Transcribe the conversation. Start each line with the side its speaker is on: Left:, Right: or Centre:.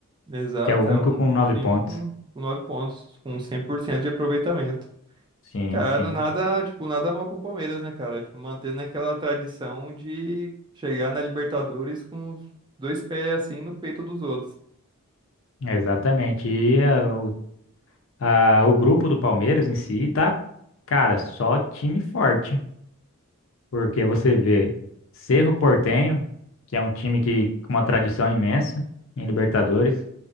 Right: Exato,
Left: que é o único
Right: é o único
Left: com nove
Right: time
Left: pontos.
Right: com com nove pontos, com 100% de aproveitamento.
Left: Sim,
Right: Cara,
Left: sim,
Right: nada, tipo, nada mal pro Palmeiras, né, cara? Tipo, mantendo aquela tradição de chegar na Libertadores com os dois pés assim no peito dos outros.
Left: exatamente. E a, o a- o grupo do Palmeiras em si tá, cara, só time forte, porque você vê Cerro Porteño, que é um time que com uma tradição imensa em Libertadores.